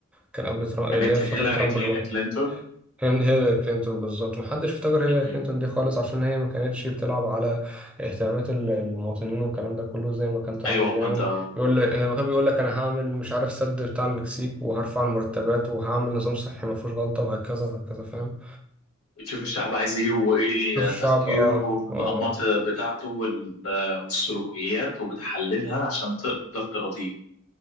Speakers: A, in the centre; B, on the left.
A: كان قبل ترامب
B: كانت
A: اللي هي في
B: هيلاري
A: فترة ترامب
B: كلي-
A: الأولى
B: كلينتون
A: كان هيلاري كلينتون بالظبط محدش افتكر هيلاري
B: مهم.
A: كلينتون دي خالص عشان هي ما كانتش بتلعب على اهتمامات ال- المواطنين والكلام ده كله زي ما كان ترامب
B: ايوه
A: بيعمل
B: انت
A: يقول لك لما كان بيقول لك انا هعمل مش عارف سد بتاع المكسيك وهرفع المرتبات وهعمل نظام صحي ما فيهوش غلطة وهكذا وهكذا فاهم
B: بتشوف الشعب عايز ايه وايه
A: شوف الشعب
B: تفكيره
A: اه
B: والانماط
A: آه.
B: بتاعته وال- والسلوكيات وبتحللها عشان تقدر ترضيه